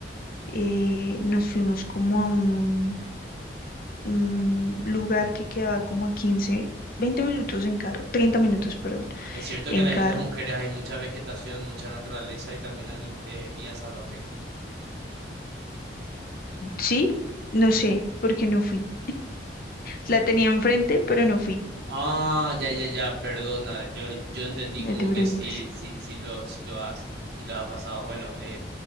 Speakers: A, on the left; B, on the right.
A: eh, nos fuimos como a un, un lugar que quedaba como a quince 20 minutos en carro, 30 minutos, perdón,
B: Es cierto que
A: en
B: en las
A: carro.
B: Islas Mujeres hay mucha vegetación, mucha naturaleza y también anim- eh, vida salvaje.
A: Sí, no sé por qué no fui. La tenía enfrente, pero no fui.
B: Ah, ya, ya, ya, perdona. Yo, yo entendí
A: No
B: como
A: te preocupes.
B: que sí, sí, sí lo, sí lo has, sí lo has pasado. Bueno, eh,